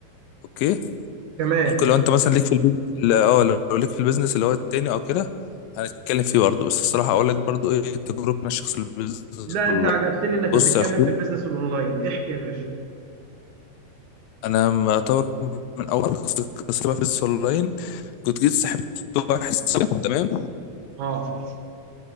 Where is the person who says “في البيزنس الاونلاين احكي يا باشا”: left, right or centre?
Right